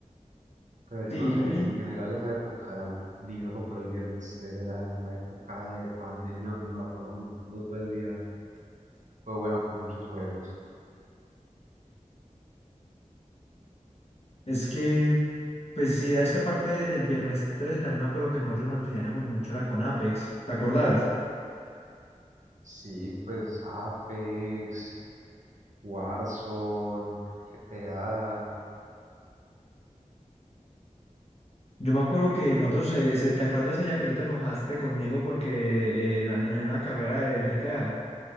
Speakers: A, on the right; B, on the left.
A: Pero yo
B: Sí,
A: no sé, en general esa época, ni solo por el viernes 13, la, la época de pandemia donde nos la pasábamos jugando todo el día, fue buena por muchos juegos.
B: es que, pues sí, es que aparte del viernes 13 también me acuerdo que nosotros manteníamos mucho la Conapex, ¿te acordás?
A: Sí, pues Apex, Warzone, GTA.
B: Yo me acuerdo que nosotros, eh, ese- ¿te acuerdas de ese día que tú te enojaste conmigo porque eh, en, en una carrera del GTA?